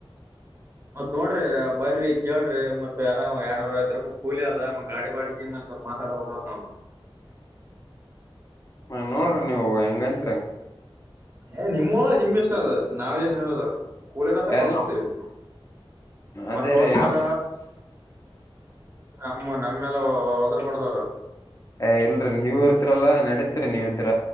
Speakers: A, on the right; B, on the left.
A: ಮತ್ ನೋಡ್ರಿ ಬರ್ರಿ ಕೇಳ್ರ ಮತ್ತತ್ ಯಾರ ಯನೂರ ಐ್ ರೂಪ ಕೂಲಿ ಅದ ಗಾಡಿ ಬಾಡಗಿ ಸ್ವಲ್ ಮಾತಾಡ ನ
B: ಹ ಹ ನೋಡ್ರಿ ನೀವು ಹೆಂಗಂತರಿಂಗ
A: ಏ ನಿಮ್ಮ ಅಲ್ಲ ನಿಮ್ಮ್ ಇಷ್ಟ ಅ ನಾವ ಏನ್ ಹೇಳಲ್ಲ ಕೂಲಿಯರತ್ರ
B: ಏ
A: ಕಳಸ್ತೇವಿ
B: ನಮ್ ಅದೇ
A: ಮತ್ತತ್ ಹೋದ್ಮೇಾಲ
B: ರೀ
A: ನಮ್ಮ ನ ಮೇಲೆ ಉದ್ರ ಪಡದವ್ರು
B: ಅ ಇಲ್ರೀ ನೀವ ಇರ್ತಲ್ಲಾ ನಡತ್ರಿೀ ನೀವ್ರ